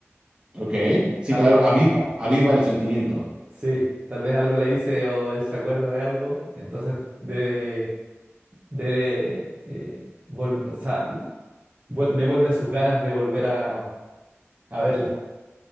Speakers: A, on the right; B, on the right.
A: Ok, sí,
B: algo,
A: claro, aviva, aviva el sentimiento.
B: sí, tal vez algo le dice o él se acuerda de algo, entonces debe, debe, eh, vol- o sea, vuel- le vuelven sus ganas de volver a, a verla.